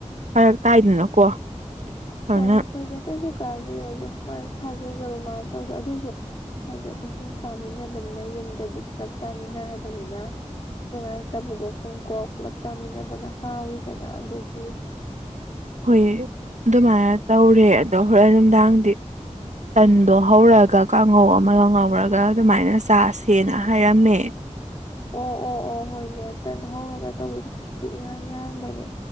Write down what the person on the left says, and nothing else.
ꯍꯣꯏ ꯑꯩꯈꯣꯏꯗ ꯀꯩꯁꯨ ꯀꯥꯏꯗꯦ ꯑꯗꯣ ꯃꯥꯏ ꯊꯥꯖꯖꯕ ꯃꯥꯅ ꯇꯧ ꯑꯗꯨꯁꯨ ꯍꯥꯏꯗꯤ ꯑꯩꯈꯣꯏ ꯁꯨꯝ ꯆꯥꯃꯤꯟꯅꯕꯅꯤꯅ ꯌꯨꯝꯗꯗꯤ ꯄꯨꯂꯞ ꯆꯥꯃꯤꯟꯅꯔꯕꯅꯤꯅ ꯅꯨꯡꯉꯥꯏꯇꯕꯗꯣ ꯁꯨꯝ ꯀꯣ ꯄꯨꯂꯞ ꯆꯥꯃꯤꯟꯅꯕꯅ ꯍꯥꯎꯋꯤꯗꯅ ꯑꯗꯨꯒꯤ
ꯑꯣ ꯑꯣ ꯑꯣ ꯍꯣꯏꯅꯦꯇꯅ ꯍꯧꯔꯒ ꯇꯧꯕꯗꯨ ꯁꯨꯛ ꯏꯍꯥꯡ ꯌꯥꯍꯥꯡꯕꯅꯦ